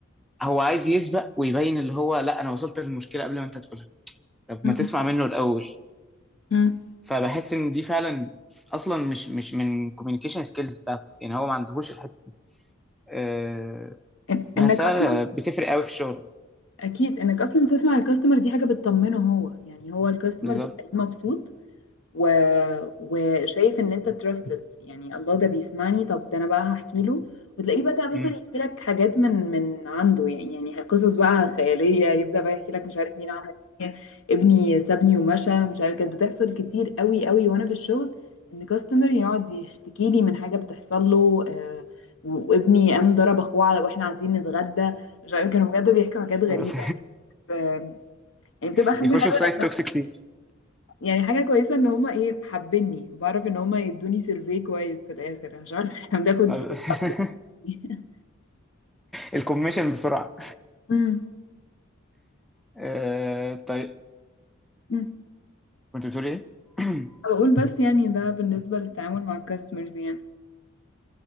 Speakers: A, in the centre; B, on the left (about 65°).
A: هو عايز يسبق ويبين اللي هو لا انا وصلت للمشكله قبل ما انت تقولها طب
B: مم.
A: ما تسمع منه الاول
B: مم.
A: فبحس ان دي فعلا اصلا مش مش من كوميونيكيشن سكيلز بتاعته يعني هو ما عندهوش الحته دي آه
B: إن-
A: بحسها
B: انك اصلا
A: بتفرق قوي في الشغل
B: اكيد انك اصلا تسمع الكاستمر دي حاجة بتطمنه هو يعني هو الكاستمر
A: بالظبط
B: بتلاقيه مبسوط و... وشايف ان انت تراستد يعني الله ده بيسمعني طب ده انا بقى هحكي له وتلاقيه بدأ
A: مم.
B: مثلا يحكي لك حاجات من من عنده يعني يعني قصص بقى خيالية يبدأ بقى يحكي لك مش عارف مين عمل ايه ابني سابني ومشى مش عارف كانت بتحصل كتير قوي قوي وانا في الشغل ان كاستمر يقعد يشتكي لي من حاجة بتحصل له آه، وابني قام ضرب اخوه على واحنا قاعدين نتغدى مش عارف كانوا بجد بيحكوا حاجات غريبة
A: بس
B: بس، آه، يعني
A: <laughs>
B: بتبقى حاجة
A: بيخشوا
B: حلوة
A: في
B: لأنها
A: سايت توكس كتير
B: يعني حاجة كويسة ان هما ايه حابيني بعرف ان هما يدوني سيرفي كويس في الاخر عشان <laughs> احنا بناخد
A: <laughs> ما
B: فلوس
A: ب-
B: على السيرفي.
A: الكوميشن بسرعة
B: أمم.
A: آه، طيب
B: أمم.
A: كنت بتقولي ايه؟ <clears throat>
B: بقول <laughs> بس يعني ده بالنسبة للتعامل مع الكاستمرز يعني